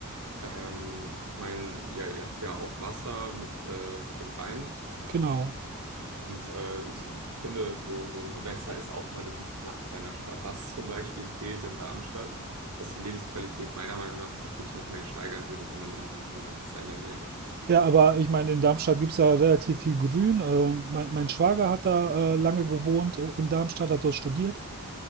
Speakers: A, on the right; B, on the right.
A: Ähm, ich meine, ihr, ihr habt ja auch Wasser mit, äh, mit dem Rhein.
B: genau.
A: Und äh, ich, ich finde, so, so ein Gewässer ist auch mal eine gute Sache bei einer Stadt. Das zum Beispiel fehlt in Darmstadt, was die Lebensqualität meiner Meinung nach natürlich noch mehr steigern würde, wenn man irgendwie so ein Gewässer in der Nähe hat.
B: Ja, aber ich meine, in Darmstadt gibt es ja relativ viel Grün. Äh, mein, mein Schwager hat da äh, lange gewohnt äh, in Darmstadt, hat dort studiert.